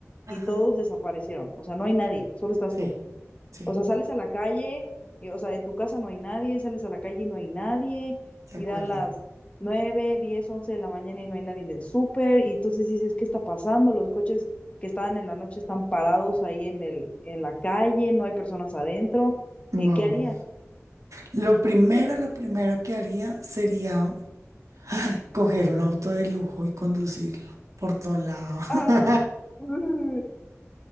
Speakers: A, on the right; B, on the left.
A: Ajá,
B: y todos desaparecieron. O sea, no hay nadie, solo estás
A: sí,
B: tú.
A: sí,
B: O sea, sales a la calle, y, o sea, en tu casa no hay nadie, sales a la calle y no hay nadie,
A: de
B: y
A: acuerdo.
B: dan las nueve, diez, once de la mañana y no hay nadie en el súper, y entonces dices, ¿qué está pasando? Los coches que estaban en la noche están parados ahí en el, en la calle, no hay personas adentro.
A: Wow.
B: eh, ¿qué harías?
A: Lo primero, lo primero que haría sería ay, coger un auto de lujo y conducirlo por todo lado.
B: Ah,
A: <laughs>
B: mm,